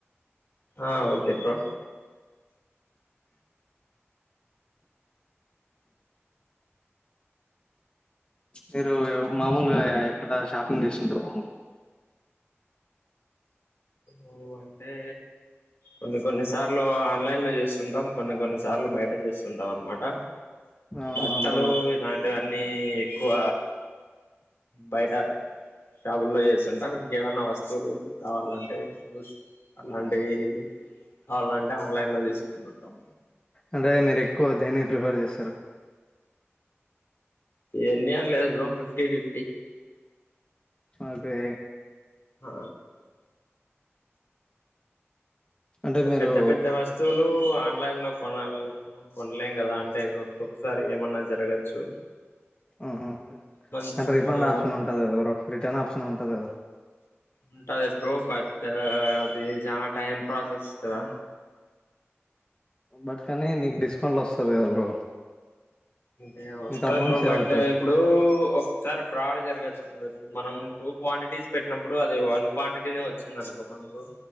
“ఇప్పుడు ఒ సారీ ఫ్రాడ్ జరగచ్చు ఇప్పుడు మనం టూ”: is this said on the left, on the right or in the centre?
Left